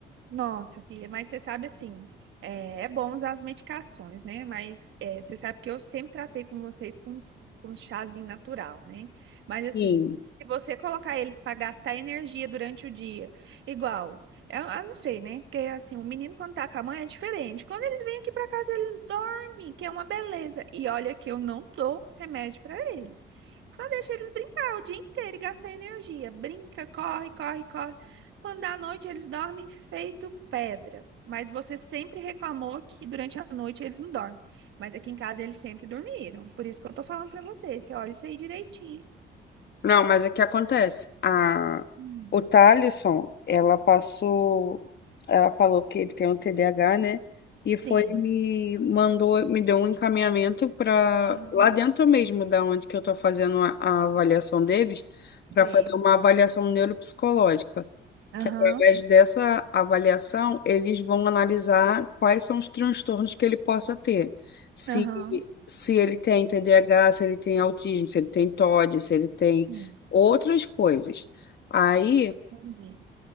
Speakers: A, on the right; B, on the left.
A: Nossa, filha, mas você sabe assim, é, é bom usar as medicações, né? Mas é, você sabe que eu sempre tratei com vocês com, s- com chazinho natural, né? Mas assim,
B: Sim.
A: se você colocar eles para gastar energia durante o dia, igual, é, eu, eu não sei, né? Porque assim, o menino quando tá com a mãe é diferente. Quando eles vêm aqui para casa, eles dormem, que é uma beleza. E olha que eu não dou remédio para eles. Só deixa eles brincar o dia inteiro e gastar energia. Brinca, corre, corre, corre. Quando dá noite, eles dormem feito pedra. Mas você sempre reclamou que durante a noite eles não dormem. Mas aqui em casa eles sempre dormiram. Por isso que eu tô falando pra você. Você olha isso aí direitinho.
B: Não, mas o que acontece? A,
A: Hum.
B: o Thalisson, ela passou, ela falou que ele tem um TDAH, né? E foi,
A: Sim,
B: me mandou, me deu um encaminhamento para
A: Aham.
B: lá dentro mesmo, da onde que eu tô fazendo a, a avaliação deles, para
A: sei.
B: fazer uma avaliação neuropsicológica.
A: Aham,
B: Que através dessa avaliação, eles vão analisar quais são os transtornos que ele possa ter. Se,
A: aham.
B: se ele tem TDAH, se ele tem autismo, se ele tem TOD, se ele tem
A: Sim,
B: outras coisas. Aí,
A: entendi.